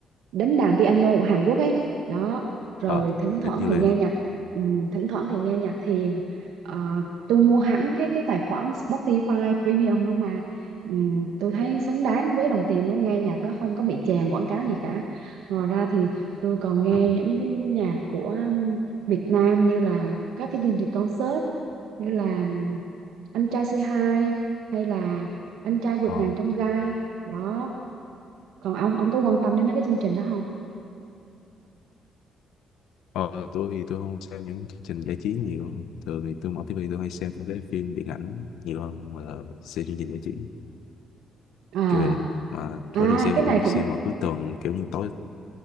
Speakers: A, on the right; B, on the left.
A: đánh đàn piano của Hàn Quốc ấy đó rồi
B: Ờ,
A: thỉnh thoảng
B: hình như
A: thì
B: là...
A: nghe nhạc ừm, thỉnh thoảng thì nghe nhạc thiền Ờ, tôi mua hẳn cái cái tài khoản Spotify Premium luôn mà Ừ, tôi thấy xứng đáng với đồng tiền luôn nghe nhạc đó không có bị chèn quảng cáo gì cả ngoài ra thì tôi còn nghe
B: Ờ,
A: những cái nhạc của um, Việt Nam như là các cái chương trình concert như là um, anh trai Say Hi hay là anh trai vượt
B: ờ,
A: ngàn chông gai đó còn ông ông có quan tâm đến mấy cái chương trình đó không
B: ờ, tôi thì tôi không xem những chương trình giải trí nhiều. Thường thì tôi mở tivi tôi hay xem những cái phim điện ảnh nhiều hơn là xem chương trình giải trí.
A: à
B: Kiểu vậy mà
A: à
B: mỗi lần xem
A: cái
B: thì
A: này
B: tôi chỉ
A: cũng
B: xem vào cuối tuần kiểu như tối